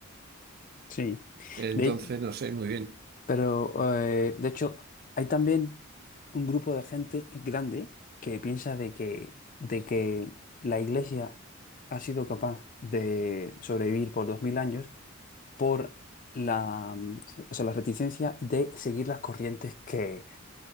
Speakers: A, on the left; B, on the right.
A: Sí.
B: Entonces,
A: De,
B: no sé, muy bien.
A: Pero, eh, de hecho, hay también un grupo de gente grande que piensa de que, de que la Iglesia ha sido capaz de sobrevivir por dos mil años por la, mm, o sea, la reticencia de seguir las corrientes que,